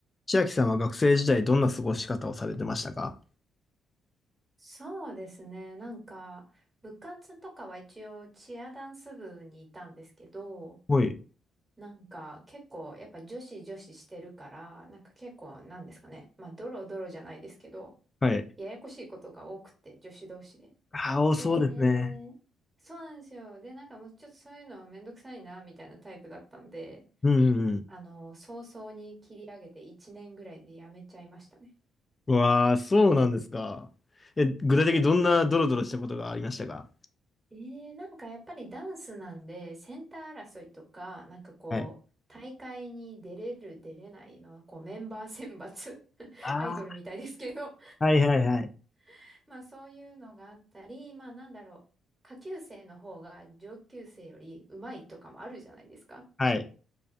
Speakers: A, on the left; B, on the right.
A: 千秋さんは学生時代どんな過ごし方をされてましたか
B: そうですね。なんか、部活とかは一応チアダンス部にいたんですけど、
A: はい。
B: なんか結構やっぱ女子女子してるから、なんか結構なんですかね。まあドロドロじゃないですけど、
A: はい。
B: ややこしいことが多くて、女子同士で。
A: ああ、おそうですね。
B: で、そうなんですよ。で、なんかもうちょっとそういうのめんどくさいな、みたいなタイプだったんで、
A: うんうんうん。
B: あの、早々に切り上げて1年ぐらいでやめちゃいましたね。
A: うわあ、そうなんですか。え、具体的にどんなドロドロしたことがありましたか
B: ええなんかやっぱりダンスなんで、センター争いとか、なんかこう、
A: はい。
B: 大会に出れる、出れないのは、こう、メンバー選抜、<laughs>
A: ああ、
B: アイドルみたいですけど、
A: はいはいはい。
B: <laughs> まあそういうのがあったり、まあなんだろう、下級生の方が上級生より上手いとかもあるじゃないですか。
A: はい。